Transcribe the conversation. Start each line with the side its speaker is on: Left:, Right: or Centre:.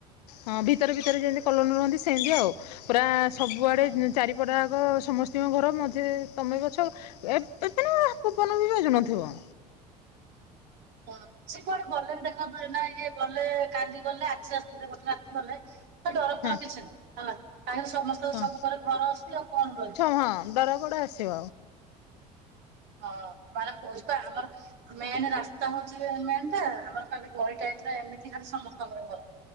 Left: ହଁ ଭିତରେ ଭିତରେ ଯେମିତି କଲୋନି ରୁହନ୍ତି ସେମିତି ଆଉ ପୁରା ସବୁଆଡ଼େ
Right: ହଁ।
Left: ଉ ଚାରିପଟା ଉଁ ସମସ୍ତିଙ୍କ ଘର ମଝିରେ ତମେ ଅଛ ଏ ଏବେ ନା ପବନ ବି ବାଜୁ ନ ଥିବ।
Right: ହଁ ସେ କୁଆଡେ ଗଲେ ବି ଦେଖାକୁ ପ ନାଇ ଇଏ ଗଲେ କାଲି ଗଲେ ଆଜି ଆସିଥିଲେ ଗତ ରାତି ଗଲେ ତେ ଡର
Left: ହଁ
Right: ଫର କିଛି ନାହିଁ ହେଲା। କାହିଁକି ତ ସମସ୍ତ
Left: ହଁ
Right: ସବୁ ପରେ ଘର ଅଛି ଆଉ କଣ ଡରିବୁ।
Left: ଛ ହଁ ଡର କୁଆଡ଼େ ଆସିବ
Right: ହଁ ମାନେ କହୁଛି ପା ଆମର ମେନ ରାସ୍ତା ହଉଛି ମେନ ଟା ଆମର ଖାଲି ଗଳି ଟା ହେଇଥିଲା ଏମିତି ଖାଲି ସମସ୍ତଙ୍କର ଘର।